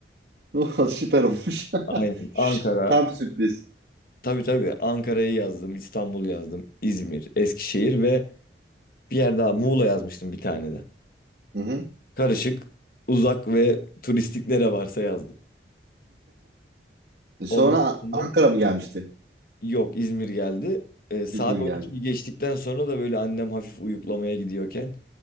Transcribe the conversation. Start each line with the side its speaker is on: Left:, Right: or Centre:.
Right: <laughs> Oh, Süper olmuş.
Left: Aynen
Right: <laughs> Şşt,
Left: Ankara
Right: Tam sürpriz.
Left: tabii tabii Ankara'yı yazdım İstanbul yazdım İzmir Eskişehir ve bir yer daha Muğla yazmıştım bir tane de.
Right: Hı hı.
Left: Karışık, uzak ve turistik nere varsa yazdım.
Right: <laughs> Sonra
Left: Ondan
Right: A-
Left: sonra
Right: Ankara mı gelmişti?
Left: yok İzmir geldi. E, saat
Right: İzmir geldi.
Left: 12'yi geçtikten sonra da böyle annem hafif uyuklamaya gidiyorken